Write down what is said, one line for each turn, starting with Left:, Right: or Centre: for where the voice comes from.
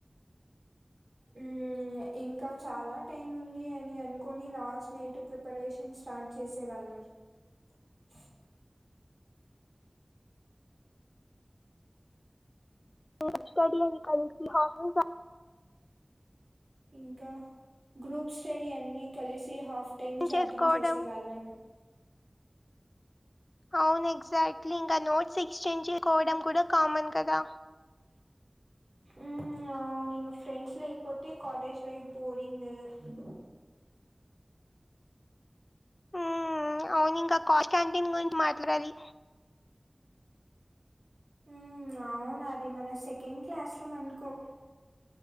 Right: ఉ ఇంకా చాలా టైం ఉంది అని అనుకని లాస్ట్ నైట్ ప్రిపరేషన్ స్టార్ట్ చేసేవాళ్ళం ఉ హు
Left: ఎగ్జామ్ కి హాఫన్ నవర్ టైం ఉంది
Right: ఇంకా గ్రూప్ స్టడీ అన్ని కలిసి హాఫ్ టైమ్ చాటింగ్
Left: చేసుకోవడం
Right: చేసేవాళ్ళం
Left: అవును ఎగ్జాక్ట్లీ ఇంకా నోట్స్ ఎక్స్చేంజ్ చేసుకోవడం కూడా కామనే కదా
Right: ఉ అవునా అవును మా ఫ్రెండ్స్ లేకపోతే కాలేజ్ లైఫ్ బోరింగ్ గా ఉంటుంది
Left: ఉ అవును ఇంకా కాస్ట్ క్యాంటీన్ గురించి మాట్లాడాలి
Right: ఉ అవునా అది మన సెకండ్ క్లాస్ రూమ్ అనుకో డోర్